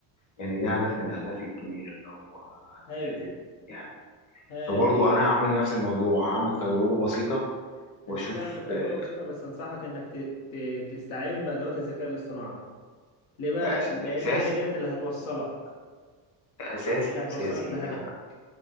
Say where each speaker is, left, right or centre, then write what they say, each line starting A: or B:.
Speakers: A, on the left; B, on the left.
A: يعني ده هدف من أهدافي الكبيرة اللي هو أنا
B: هايل
A: لازم يعني
B: هايل
A: فبرضو أنا هعمل نفس الموضوع هعمل تجربة بسيطة وأشوف
B: انت تعمل تجربة
A: آه،
B: بسيطة بس انصحك انك ت... ت... تستعين بأدوات الذكاء الاصطناعي ليه بقى
A: ده أس-
B: لان
A: ده أساسي
B: هي ديت اللي هتوصلك
A: ده أساسي
B: اللي هتوصلك
A: أساسي
B: لهدفك
A: ده